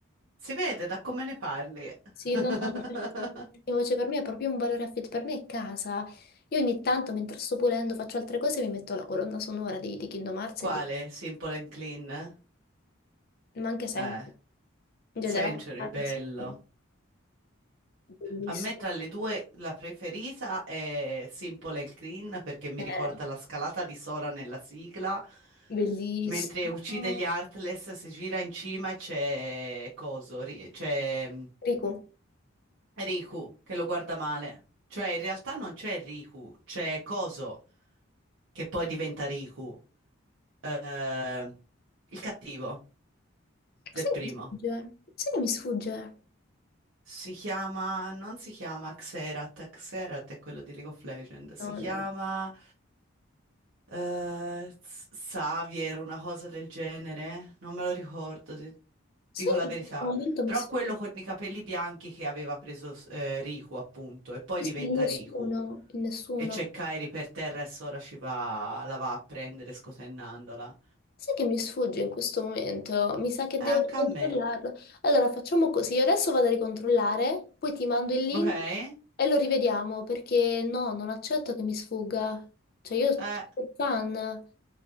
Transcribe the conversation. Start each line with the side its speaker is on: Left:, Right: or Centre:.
Right: Si vede da come ne parli. <laughs>
Left: Sì, no, no, mi piace tantissimo, cioè per me è proprio un valore affettivo, per me è casa. Io ogni tanto, mentre sto pulendo, faccio altre cose, mi metto la colonna sonora di, di Kingdom Hearts,
Right: Quale?
Left: e di...
Right: Simple and Clean?
Left: ma anche sempre,
Right: Eh.
Left: in generale.
Right: Century, bello.
Left: Sì. Bellissimo.
Right: A me tra le due la preferita è Simple and Clean perché mi
Left: Eh,
Right: ricorda la scalata di Sora nella sigla,
Left: bellissimo.
Right: mentre uccide gli Heartless, si gira in cima e c'è Coso, ri- c'è mm,
Left: Riku,
Right: Riku che lo guarda male. Cioè in realtà non c'è Riku, c'è Coso che poi diventa Riku, eh, il cattivo del
Left: sai
Right: primo.
Left: che mi sfugge? Sai che mi sfugge?
Right: Si chiama, non si chiama Xerath, Xerath è quello di League of Legends,
Left: No,
Right: si chiama
Left: no.
Right: eh, S- Xavier, una cosa del genere, non me lo ricordo, di-
Left: Sai
Right: dico la
Left: che
Right: verità,
Left: in questo momento mi
Right: però
Left: sfugge?
Right: quello con i capelli bianchi che aveva preso s- eh, Riku appunto e poi
Left: Sì,
Right: diventa
Left: sì, nessuno,
Right: Riku
Left: in nessuno.
Right: e c'è Kairi per terra e Sora ci va, la va a prendere scotennandola.
Left: Sai che mi sfugge in questo momento? Mi sa che
Right: Eh,
Left: devo
Right: anche
Left: ricontrollarlo.
Right: a me,
Left: Allora facciamo così, io adesso vado a ricontrollare, poi ti mando il link
Right: ok?
Left: e lo rivediamo perché no, non accetto che mi sfugga. Cioè io sono
Right: Eh.
Left: super fan,